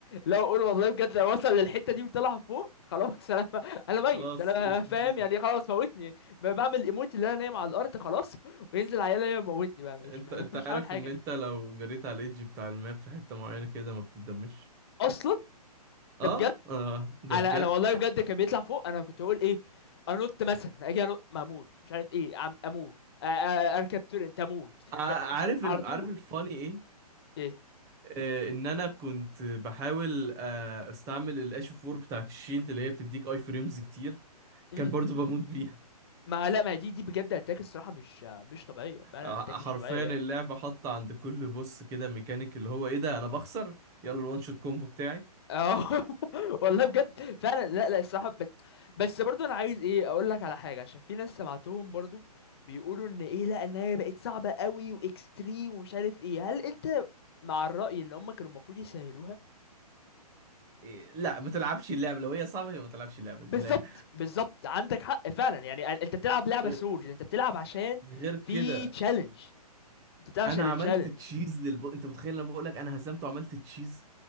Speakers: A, on the left; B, on the right.
A: لو اقول والله بجد لو وصل للحته دي وطلع فوق خلاص انا انا ميت
B: خلاص
A: انا
B: جي
A: فاهم
B: جي
A: يعني خلاص موتني بقى بعمل ايموت اللي انا نايم على الارض خلاص وينزل عيال يموتني بقى مش
B: انت
A: ما-
B: انت
A: مش
B: عارف
A: عامل حاجه
B: ان انت لو جريت على الايدج بتاع الماب في حتة معينة كده ما بتتدمش
A: اصلا ده
B: اه
A: بجد
B: اه ده
A: انا
B: بجد
A: انا والله بجد كان بيطلع فوق انا كنت اقول ايه انط مثلا اجي انط ما اموت مش عارف ايه عم اموت أ- أ- اركب تورنت اموت
B: ع-
A: مش عارف.
B: عارف
A: على
B: ال...
A: طول
B: عارف الفاني ايه
A: ايه
B: آه ان انا كنت بحاول آه استعمل الاش 4 بتاعت الشيلد اللي هي بتديك اي فريمز كتير
A: مم.
B: كان برضو بموت بيها
A: ما لا ما دي دي بجد اتاك الصراحه مش مش طبيعيه فعلا
B: ع-
A: اتاك
B: حرفيا
A: مش طبيعيه
B: اللعبة
A: يعني
B: حاطة عند كل بوس كده ميكانيك اللي هو ايه ده انا بخسر يلا الوان شوت كومبو بتاعي
A: اه <laughs> والله بجد فعلا لا لا الصراحه بس, بس برضو انا عايز ايه اقول لك على حاجه عشان في ناس سمعتهم برضو بيقولوا ان ايه لا ان هي بقت صعبه قوي واكستريم ومش عارف ايه هل انت مع الراي ان هم كانوا المفروض يسهلوها
B: إيه، لا ما تلعبش اللعبه لو هي صعبه يبقى ما تلعبش اللعبه
A: بالظبط
B: دي من الآخر.
A: بالظبط عندك حق فعلا يعني أ- انت بتلعب لعبه
B: آه،
A: سولز انت بتلعب عشان
B: غير كده
A: في تشالنج انت بتلعب عشان
B: انا عملت
A: التشالنج
B: تشيز للب انت متخيل انا بقول لك انا هزمت وعملت تشيز